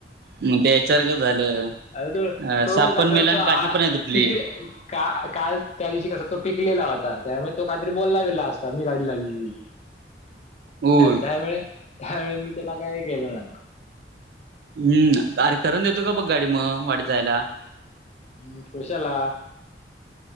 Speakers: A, on the right; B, on the left.
A: मग ते ह्याच्यासारखं झालं
B: अरे तो
A: अ
B: तो
A: साप
B: कसा
A: पण मेला
B: तो
A: आणि
B: आ
A: काठी पण नाय तुठली.
B: पिक का काल त्या दिवशी कसा तो पिकलेला होता त्यामुळे तो काहीतरी बोलला बिल्ला असता मी गाडी लावलेली.
A: होय
B: त्यामुळे, त्यामुळे मी त्याला काय केलं नाय.
A: हम्म, अरे करण देतो का बघ गाडी मग वाडीत जायला.
B: हम्म, कशाला?